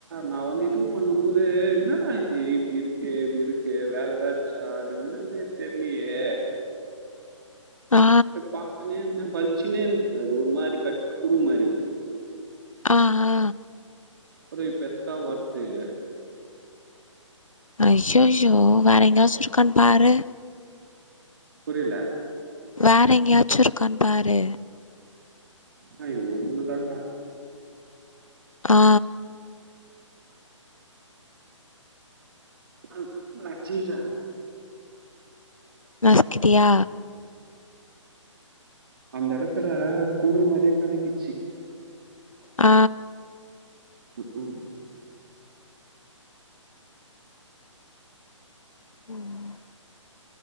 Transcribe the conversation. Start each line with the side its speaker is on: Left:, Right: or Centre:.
Right: நா வந்து இது பண்ணு போது என்னடா இது இப்டி இருக்கு இப்டி இருக்கு வேற எதாச் சா அது என்னனே தெர்லயே
Left: ஆ
Right: பாத்துனே இருந்தே பலிச்சுனே இரு அது ஒரு மாரி கட் குரு மாரி
Left: ஆ ஆ
Right: அப்றோ பெத்தா ஒர்த்து
Left: அய்யய்யோ வேற எங்கயாச்சு இருக்கானு பாரு
Right: புரில
Left: வேற எங்கயாச்சு இருக்கான்னு பாரு
Right: ஆ இது ஒண்ணு தாண்டா
Left: ஆ ஆ
Right: ஆ வச்சிட்டா
Left: நஸ்கிடியா
Right: அந்த இடத்துல குறு மாரியே கழப்பிச்சு
Left: ஆ
Right: ம் ம்
Left: ம்